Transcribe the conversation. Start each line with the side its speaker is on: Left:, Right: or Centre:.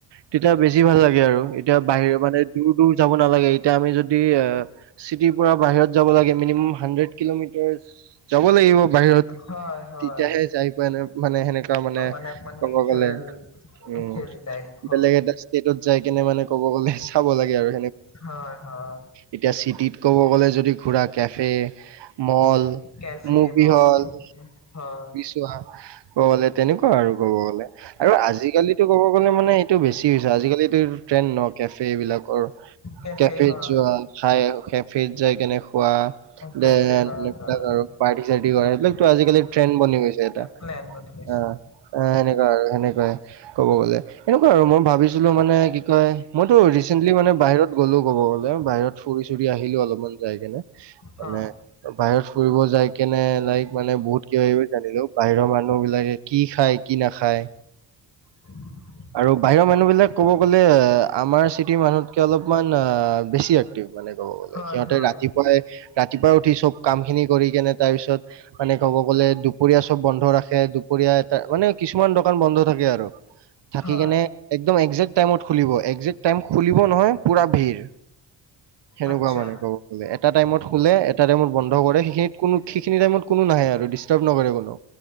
Right: তেতিয়া বেছি ভাল লাগে আৰু এতিয়া বাহিৰ মানে দূৰ দূৰ যাব নালাগে এতিয়া আমি যদি এ চিটিৰ পৰা বাহিৰত যাব লাগে মিনিমাম হাণ্ড্ৰেড কিলোমিটাৰ যাব লাগিব বাহিৰত
Left: হয় হয় হয়
Right: তেতিয়াহে যাই পোৱা এনে মানে সেনেকুৱা মানে
Left: অ অকমান
Right: ক'ব
Left: নেচাৰেল
Right: গ'লে উম
Left: হেৰি টাইপ হয়
Right: বেলেগ এটা ষ্টেটত যাই কেনে মানে ক'ব গ'লে চাব লাগে আৰু
Left: হয়, হয়।
Right: এতিয়া চিটিত ক'ব গ'লে যদি ঘূৰা cafe mall
Left: cafe
Right: movie
Left: mall
Right: হ'ল
Left: হয়
Right: <unintelligible> ক'ব গলে তেনেকুৱা আৰু ক'ব গ'লে আৰু আজি সেটো ক'ব গ'লে মানে এইটো বেছি হৈছে আজিকালিতো এই ট্ৰেণ্ড ন কেফে এই বিলাকৰ
Left: কেফে
Right: কেফেত
Left: হয়
Right: যোৱা খাই কেফেত যাই কেনে বা ট্ৰেইন
Left: কেফে
Right: আৰু
Left: হয়
Right: ইবিলাক
Left: হয়
Right: আৰু। পাৰ্টি চাৰ্টি কৰে এইবিলাকতো আজিকালি ট্ৰেণ্ড বনি গৈছে এটা
Left: প্লেন বনি গৈছে
Right: অ' অ', সেনেকুৱা আৰু সেনেকুৱাই ক'ব গ'লে এনেকুৱা আৰু মই ভাবিছিলোঁ মানে কি কয় মইতো ৰিচেণ্টলি মানে বাহিৰত গ'লো ক'ব গ'লে বাহিৰত ফুৰি চুৰি আহিলো অলপমান যাই কেনে
Left: হয়
Right: মানে বাহিৰত ফুৰিব যাই কেনে লাইক মানে বহুত কিবা কিবি জানিলো বাহিৰৰ মানুহ বিলাকে কি খায় কি নাখায়
Left: <inaudible>
Right: আৰু বাহিৰৰ মানুহ বিলাক ক'ব গ'লে আ আমাৰ চিটিৰ মানুহতকে অলপমান অ', বেছি এক্টিভ মানে ক'ব গলে
Left: হয়
Right: সিহঁতে
Left: হয়
Right: ৰাতিপুৱাই ৰাতিপুৱা উঠি চব কাম খিনি কৰি কেনে তাৰ পিছত মানে ক'ব গ'লে দুপৰীয়া চব বন্ধ ৰাখে দুপৰীয়া এটা মানে কিছুমান দোকান বন্ধ থাকে আৰু থাকি
Left: হয়
Right: কেনে একদম একজেক্ট টাইমত খুলিব একজেক্ট টাইম খুলিব নহয় পুৰা ভিৰ সেনেকুৱা
Left: আচ্ছা
Right: মানে কব এটা টাইমত খোলে এটা টাইমত বন্ধ কৰে সেইখিনি কোনো সেইখিনি টাইমত কোনো নাহে আৰু ডিষ্টাৰ্ব নকৰে কোনো